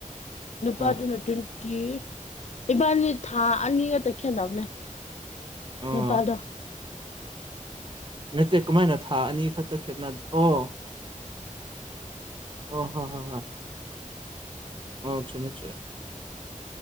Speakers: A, on the left; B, on the right.
A: ꯅꯨꯄꯥꯗꯨꯅ
B: ꯑꯥ
A: ꯇꯤꯟ ꯀꯤ ꯏꯕꯥꯟꯅꯤ ꯊꯥ ꯑꯅꯤꯒꯛꯇ ꯈꯦꯠꯅꯕꯅꯕꯅꯦ
B: ꯑꯣ
A: ꯅꯨꯄꯥꯗꯣ
B: ꯅꯠꯇꯦ ꯀꯃꯥꯏꯅ ꯊꯥ ꯑꯅꯤ ꯈꯛꯇ ꯈꯦꯠꯅ ꯑꯣ ꯑꯣ ꯍꯣ ꯍꯣ ꯍꯣꯏ ꯑꯣ ꯆꯨꯝꯃꯤ